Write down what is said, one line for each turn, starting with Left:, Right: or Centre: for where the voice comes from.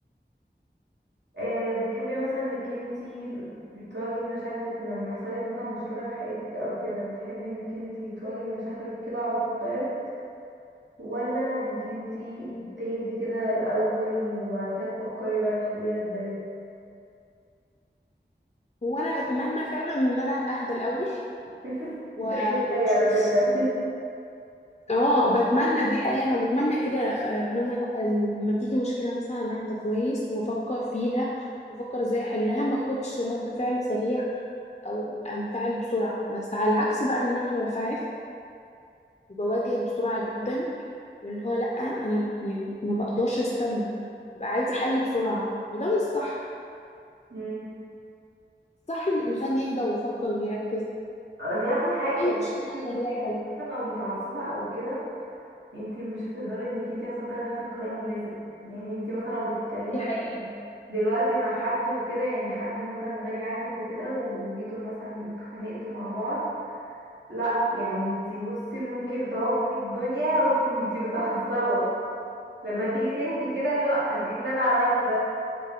Right: آه، بتحبي مثلا انك انتي بتواجهي مشاكلك لما يحصلك مثلا مشكلة في حياتك او كده بتحبي انك انتي تواجهي مشاكلك كده على طول دايركت ولا انك انتي تهدي كده الاول وبعد كده تفكري بقى تحليها ازاي
Left: هو انا بتمنى فعلا ان انا اهدى الاول
Right: <laughs>
Left: و-
Right: ده ايه
Left: واشوف
Right: زي على فكرة
Left: اه بتمنى دي حقيقة انا بتمنى كده آه، ان انا لأ، لما تيجي مشكلة مثلا أنا اهدى كويس وافكر فيها وافكر ازاي احلها ما اخدش رد فعل سريع او انفعل بسرعة بس على العكس بقى ان انا بنفعل وبواجه بسرعة جدا واللي هو لا انا يعني ما بقدرش استنى ببقى عايزة حل بسرعة وده مش صح
Right: مم.
Left: صح ان الانسان يهدى ويفكر ويركز
Right: دي اهم حاجة
Left: اي
Right: يعني
Left: مشكلة
Right: انتي بصي
Left: كان ليها
Right: انتي
Left: حل
Right: مثلا لو متعصبة او كده انتي مش هتقدري انك انتي مثلا تاخدي مثلا قرار مناسب يعني انتي مثلا لو بتتكلمي
Left: دي حقيقة
Right: دلوقتي مع حد وكده يعني حد مثلا غالي عندك وكده وجيتوا مثلا اتخانقتوا مع بعض لا يعني انتي بصي ممكن تعكي الدنيا <laughs> وانتي متعصبة لما تيجي تهدي كده اللي هو انا ايه اللي انا عملته ده